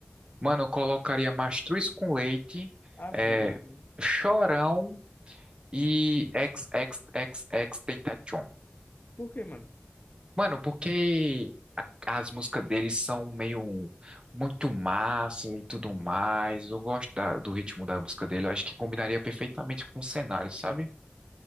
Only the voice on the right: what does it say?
Mano, eu colocaria Mastruz com leite,
é,
Chorão e XXXX Tentacion.
Mano, porque as músicas deles são meio muito massa e tudo mais. Eu gosto da- do ritmo da música dele. Eu acho que combinaria perfeitamente com o cenário, sabe?